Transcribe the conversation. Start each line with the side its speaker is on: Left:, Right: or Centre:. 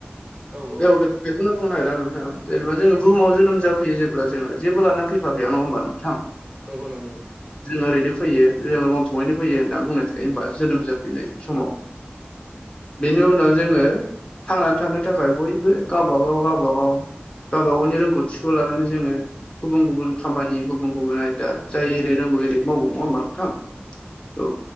Right: औ औ
Left: बे अबेखौ बेखौनो बुंनो नागिरदों नोंथा जेनेबा जोङो बुहुमाव जोनोम जाफैयो जेब्ला जोङो जेबोला ना फैफा बेयाव नङा होमबा नोंथां।
Right: नंगौ नंगौ
Left: जों ओरैनो फैयो जों लंथंयैनो फैयो दा बुंनाय थायो जोनोम जाफैनाय समाव। बेनि उनाव जोङो थांनानै थानो थाखाय बयबो गावबागाव-गावबागाव गावबागावनि रोंगौथिखौ लानानै जोङो गुबुन गुबुन खामानि गुबुन गुबुन आयदा जाय एरै रोंगौ एरै मावगौ नङा होमबा
Right: औ
Left: नोंथां। औ